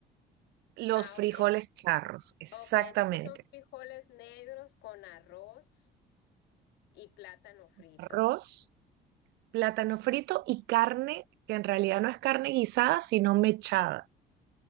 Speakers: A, on the right; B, on the left.
A: los
B: Ah,
A: frijoles
B: ok.
A: charros, exactamente.
B: Ok, entonces son frijoles negros con arroz y plátano frito.
A: arroz, plátano frito y carne, que en realidad no es carne guisada, sino mechada.